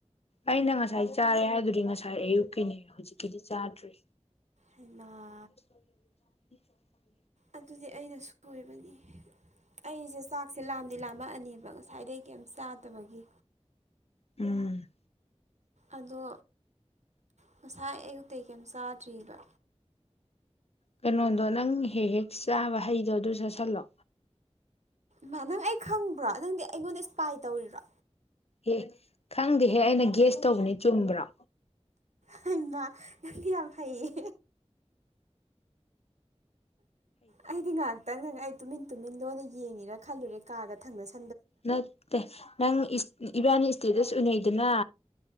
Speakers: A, on the left; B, on the right.
A: ꯑꯩꯅ ꯉꯁꯥꯏ ꯆꯥꯔꯦ ꯍꯥꯏꯗꯨꯗꯤ ꯉꯁꯥꯏ ꯑꯌꯨꯛꯀꯤꯅꯤ ꯍꯧꯖꯤꯛꯀꯤꯗꯤ ꯆꯥꯗ꯭ꯔꯤ
B: ꯍꯩꯝ
A: <unintelligible>
B: ꯑꯗꯨꯗꯤ ꯑꯩꯅ ꯁꯣꯏꯕꯅꯤ ꯑꯩꯖꯦ ꯆꯥꯛ ꯁꯦ ꯂꯥꯝꯗꯤ ꯂꯥꯝꯃꯛꯑꯅꯦꯕ ꯉꯁꯥꯏꯗꯩ ꯀꯩꯝ ꯆꯥꯗꯕꯒꯤ꯫
A: ꯎꯝ꯫
B: ꯑꯗꯣ꯫ ꯉꯁꯥꯏ ꯑꯌꯨꯛ ꯑꯩ ꯀꯏꯝ ꯆꯥ ꯇ꯭ꯔꯤꯕ꯫
A: ꯀꯩꯅꯣꯗꯣ ꯅꯪ ꯍꯦꯛ ꯍꯦꯛ ꯆꯥꯕ ꯍꯩꯗꯣ ꯑꯗꯨ ꯆꯥꯁꯤꯜꯂꯣ꯫
B: ꯃꯥ ꯅꯪ ꯑꯩ ꯈꯪꯕ꯭ꯔꯣ ꯅꯪꯗꯤ ꯑꯩꯉꯣꯟꯗ ꯏꯁꯄꯥꯏ ꯇꯧꯔꯤꯔꯣ꯫
A: ꯑꯦ ꯈꯪꯗꯦꯍꯦ ꯑꯩꯅ ꯒꯦꯁ ꯇꯧꯕꯅꯤ ꯆꯨꯝꯕ꯭ꯔꯣ꯫
B: ꯍꯩꯃꯥ ꯅꯪꯗꯤ ꯌꯥꯝ ꯍꯩꯌꯦ꯫ ꯑꯩꯗꯤ ꯉꯥꯛꯇꯪ ꯅꯪ ꯑꯩ ꯇꯨꯃꯤ ꯇꯨꯃꯤꯟ ꯂꯣꯟꯅ ꯌꯦꯡꯉꯤꯔ ꯈꯜꯂꯨꯔꯦ ꯀꯥꯒ ꯊꯪꯅꯁ
A: ꯃꯠꯇꯦ ꯅꯪ ꯏꯁ ꯏꯕꯥꯅꯤ ꯏꯁꯇꯦꯇꯁ ꯎꯅꯩꯗꯅ꯫